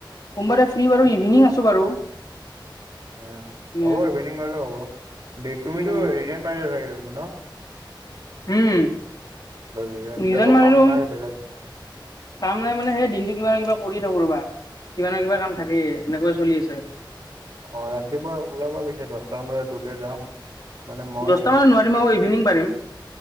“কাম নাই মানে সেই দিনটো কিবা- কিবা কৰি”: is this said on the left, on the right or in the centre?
Left